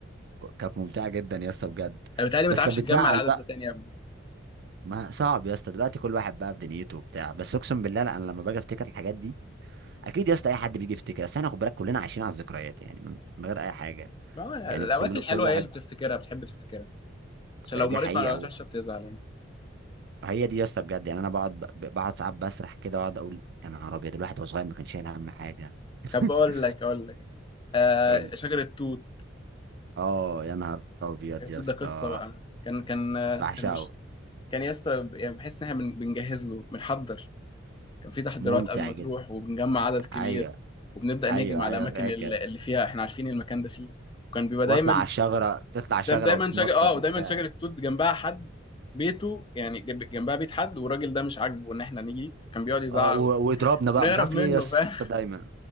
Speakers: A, on the right; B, on the left.
A: كانت ممتعة جدا يا اسطى بجد
B: انا بتهيألي ما
A: بس
B: تعرفش
A: كانت
B: تجمع
A: بتزعل
B: العدد
A: بقى
B: ده تاني ابدا
A: ما صعب يا اسطى دلوقتي كل واحد بقى بدنيته وبتاع بس اقسم بالله لا انا لما باجي افتكر الحاجات دي اكيد يا اسطى اي حد بيجي يفتكر بس احنا خد بالك كلنا عايشين على الذكريات يعني من من غير اي حاجة
B: ما هو يعني
A: يعني
B: الاوقات
A: كل
B: الحلوه
A: كل واحد
B: هي اللي بتفتكرها بتحب تفتكرها عشان
A: آه،
B: لو
A: دي
B: مريت
A: حقيقة
B: مع الاوقات
A: و-
B: وحشه بتزعل يعني
A: هي دي يا اسطى بجد يعني انا بقعد ب- بقعد ساعات بسرح كده واقعد اقول يا نهار ابيض الواحد وهو صغير ما كانش شايل هم حاجة <laughs>
B: طب اقول لك اقول لك آه
A: قول
B: شجر التوت
A: اه يا نهار ابيض
B: شجر التوت
A: يا اسطى
B: ده قصه بقى كان كان آه،
A: بعشقه
B: كان كان يا اسطى يعني بحس ان احنا بن- بنجهز له بنحضر كان في تحضيرات
A: ممتع
B: قبل ما
A: جدا
B: تروح وبنجمع عدد كبير
A: ايوه
B: وبنبدا
A: ايوه
B: نهجم على
A: ايوه
B: الاماكن
A: فاكر
B: ال- اللي فيها احنا عارفين المكان ده فيه وكان بيبقى
A: واطلع
B: دايما
A: على الشجره تطلع على الشجره
B: دايما دايما
A: وتنطط
B: شجر اه ودايما
A: وبتاع
B: شجره توت جنبها حد بيته يعني جنب- جنبها بيت حد والراجل ده مش عاجبه ان احنا نيجي فكان بيقعد يزعق
A: اه و- ويضربنا بقى
B: ونهرب
A: مش عارف
B: منه
A: ليه يا اسطى
B: فاهم <laughs>
A: دايما